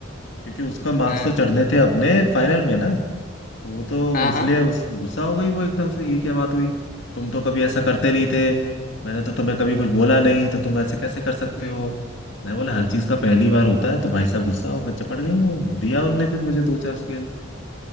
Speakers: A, on the left; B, on the left.
A: क्योंकि उसका मार्क्स
B: हाँ
A: तो चढ़ने थे अपने फाइनल में ना तो वो तो
B: हाँ
A: इसलिए
B: हाँ
A: उस गुस्सा हो गई वो एकदम से ये क्या बात हुई तुम तो कभी ऐसा करते नहीं थे मैंने तो तुम्हें कभी कुछ बोला नहीं तो तुम ऐसे कैसे कर सकते
B: हम्म,
A: हो मैं बोला हर चीज का पहली बार होता है तो भाई साहब गुस्सा होकर चपट गई हूँ दिया उनने फिर मुझे दो चार स्केल